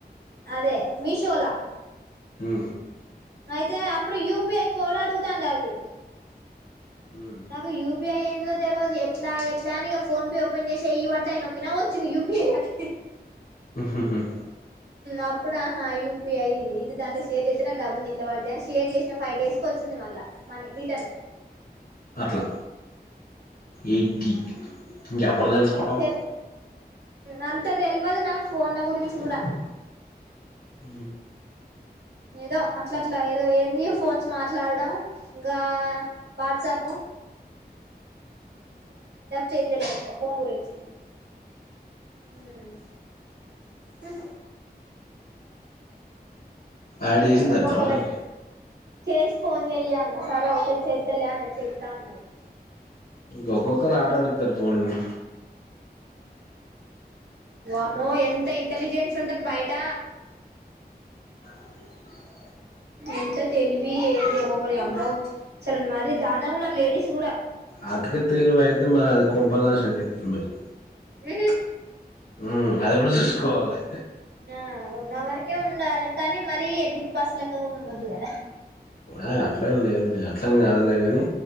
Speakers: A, on the right; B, on the left.
A: అదే మీషోలా
B: హ
A: అయితే అప్పుడు యూపిఐ కోడ్ ఆడుగుతంది అది
B: ఉమ్
A: నాకు యూపీఏ ఏంటిదొ తెలియదు ఎట్లా ఎట్లా అని ఫోన్ పే ఓపెన్ చేసా ఈ పడతతేయన నోకినా వచ్చింది యూపీఐ అది
B: హహుమ్
A: అప్పుడు ఆహా యుపీఐ ఇది ఇది దాంలో షేర్ చేస్తే నాకు డబ్బులు దేంట్లో పడతాయి అని షేర్ చేసిన ఫైవ డేస్ వచ్చింది మళ్ళ మనీ రిటర్న్
B: అట్లా ఎడ్డీ ఇంకెప్పుడు తెలుసుకోటవు
A: తెల్ అంత తెలియదు నాకు ఫోన్ల గురించి కూడా
B: అ
A: ఏదో అట్ల అట్లా ఏదో ఏంది ఫోన్స్ మాట్లాడడం ఇంకా వాట్సాప్ చేంజలాకు ఫోన్ గురించి హ
B: యాడ్ చేసింది
A: ఒక్కొక్కళ
B: అంటా మరి
A: చేసి ఫోన్ చెయ్యను సరే ఒక చెత్తలే అని చెత్తా అన్నది
B: ఇంక ఒక్కొక్కళ్రు ఆట ఆడిస్తారు ఫోన్లో
A: వామో ఎంత ఇంటలిజెన్స్ ఉంటది బయట
B: అ
A: ఎంత తెలివి ఏంది ఒక్కొక్కరి అమ్బో అసలు మరి దానంగా ఉన్నారు లేడీస్ కూడా
B: అటుక తెలివి అయితే మరి అది కొంపలు నాశనం చేస్తాది అది
A: ఉ
B: ఉ అది కూడా చూసుకోవాలి
A: ఆ ఉన్న వరకే ఉండాలి కానీ మరీ ఎడమి <inaudible> లెక్క కూడా ఉండొద్దు కదా
B: అ అట్లే లేదు లేదు అట్లనే కాదులే కానీ